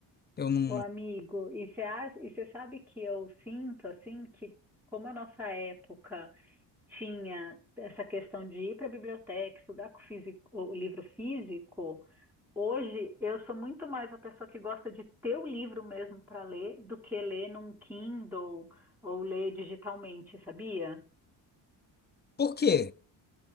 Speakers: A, on the left; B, in the centre.
A: Eu não.
B: o amigo, e você sabe que eu sinto assim que como a nossa época tinha essa questão de ir para a biblioteca, estudar com o físico- o livro físico, hoje eu sou muito mais a pessoa que gosta de ter o livro mesmo para ler do que ler num Kindle ou ler digitalmente, sabia?
A: Por quê?